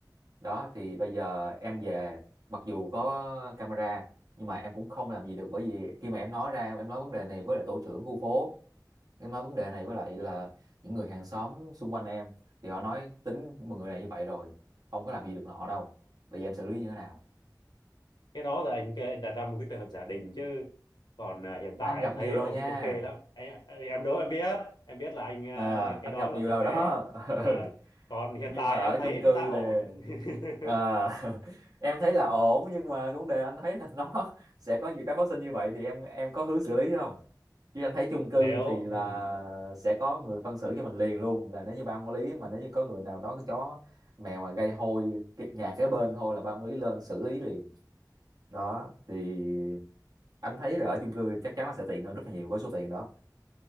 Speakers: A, on the right; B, on the left.
A: đó thì bây giờ em về mặc dù có camera nhưng mà em cũng không làm gì được bởi vì khi mà em nói ra em nói vấn đề này với lại tổ trưởng khu phố em nói vấn đề này với lại là những người hàng xóm xung quanh em thì họ nói tính một người này như vậy rồi không có làm gì được nọ đâu bây giờ em xử lý như thế nào
B: cái đó là anh kêu anh đặt ra một cái trường hợp giả định chứ còn à, hiện tại
A: anh gặp
B: em thấy
A: nhiều rồi
B: ổn
A: nha
B: ok lắm anh, à, em đố em biết em biết là anh à,
A: à,
B: cái
A: anh
B: đó
A: gặp
B: là
A: nhiều
B: thực
A: rồi
B: tế
A: đó <laughs>
B: à,
A: Ừ.
B: còn hiện
A: nhưng
B: tại
A: mà ở
B: em thấy
A: chung cư
B: nó đang ổn
A: thì
B: <laughs>
A: à, <laughs> em thấy là ổn nhưng mà vấn đề anh thấy là nó <laughs> sẽ có nhiều cái phát sinh như vậy thì em em có hướng xử lý không chứ anh thấy chung cư
B: nếu
A: thì là
B: ừ,
A: sẽ có người phân xử cho mình liền luôn là nếu như ban quản lý mà nếu như có người nào đó cái chó mèo mà gây hôi cái nhà kế bên thôi là ban quản lý lên xử lý liền đó thì anh thấy là ở chung cư chắc chắn là sẽ tiện hơn rất là nhiều với số tiền đó